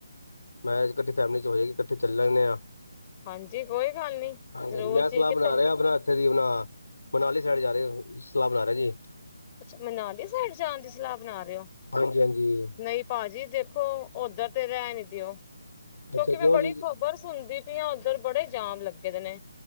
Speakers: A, on the left; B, on the left.
A: ਮੈਂਜ ਇਕੱਠੇ ਫੈਮਿਲੀ ਚ ਹੋਏਗੀ ਇਕੱਠੇ ਚੱਲ ਲੈਂਦੇ ਆਂ।
B: ਹਾਂਜੀ, ਕੋਈ ਗੱਲ ਨੀ,
A: ਹਾਂਜੀ
B: ਜ਼ਰੂਰ
A: ਮੈਂ ਸਲਾਹ
B: ਜੀ ਕਿੱਥੇ
A: ਬਣਾ ਰਿਹਾ ਆਪਣਾ ਇੱਥੇ ਦੀ ਆਪਣਾ ਮਨਾਲੀ ਸਾਈਡ ਜਾ ਰਹੇ ਹੋ ਸਲਾਹ ਬਣਾ ਰਹੇ ਜੀ।
B: ਅੱਛਾ ਮਨਾਲੀ ਸਾਈਡ ਜਾਣ ਦੀ ਸਲਾਹ ਬਣਾ ਰਹੇ ਓ।
A: ਹਾਂਜੀ-ਹਾਂਜੀ।
B: ਨਹੀਂ ਭਾਜੀ ਦੇਖੋ ਓਧਰ ਤੇ ਰਹਿ ਨੀ ਦਿਓ ਕਿਉਂਕਿ
A: ਅੱਛਾ ਕਿਉਂ
B: ਮੈਂ ਬੜੀ
A: ਜੀ
B: ਖ਼ਬਰ ਸੁਣਦੀ ਤੇ ਉੱਧਰ ਬੜੇ ਜਾਮ ਲੱਗੇ ਦੇ ਨੇ।